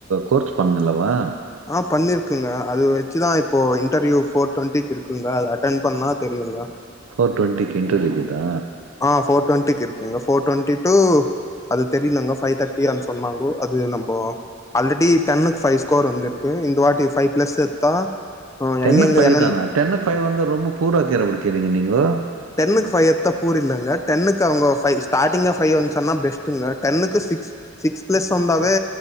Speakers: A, on the right; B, on the left.
A: கோர்ச் பண்ணு அல்லவா
B: ஆ பண்ணிருக்குங்க அது வச்சுதா இப்போ இன்டர்வியூ ஃபோர் டுவெண்ட்டிக்கு இருக்குங்க அத அட்டன் பண்ணா தெரியுங்க
A: ஃபோர் டொன்டிக்கி இன்டர்வியூ இக்கு தா
B: ஆ ஃபோர் டு்வெண்டிக்கு இருக்குங்க ஃபோர் டுவெண்டி டூ அது தெரிலங்கோ ஃபைவ் தேர்ட்டியன் சொன்னாங்கோ அது நம்போ ஆல்ரெடி டென்னுக்கு ஃபைவ் ஸ்கோர் வந்திருக்கு இந்த வாட்டி ஃபைவ் ப்ளஸ் எத்தா
A: டென்னுக்கு
B: எங்கெங்க
A: ஃபைவ்
B: என்னென்
A: தானா டென்னுக்கு ஃபைவ் தானா வந்து ரொம்ப பூராக்கிற புடிக்கிறீங்க நீங்கோ
B: டென்னுக்கு ஃபைவ் எத்தா பூர் இல்லங்க டென்னுக்கு அவுங்க ஃபைவ் ஸ்டாடிங்க ஃபைவ்வுன் சொன்னா பெஸ்ட்டுங்க டென்னுக்கு சிக்ஸ் சிக்ஸ் பிளஸ் வந்தாவே